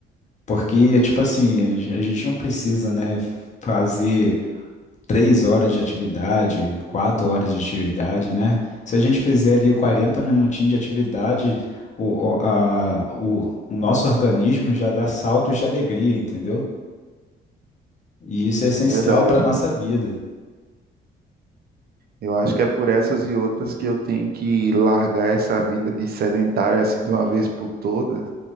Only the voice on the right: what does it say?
É verdade.
Eu acho que é por essas e outras que eu tenho que largar essa vida de sedentário assim de uma vez por todas